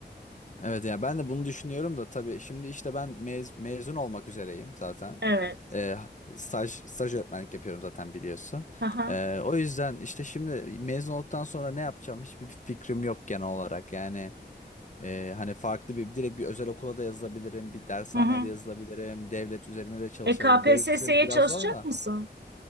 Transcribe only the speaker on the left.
Evet ya ben de bunu düşünüyorum da tabii şimdi işte ben mez- mezun olmak üzereyim zaten.
Ee, staj staj öğretmenlik yapıyorum zaten biliyorsun.
Ee, o yüzden işte şimdi mezun olduktan sonra ne yapacağım hiçbir fikrim yok genel olarak. Yani Ee, hani farklı bir direkt bir özel okula da yazılabilirim, bir dershaneye
de yazılabilirim, devlet üzerine de çalışabilirim.
Devlet üzerine biraz
zor da.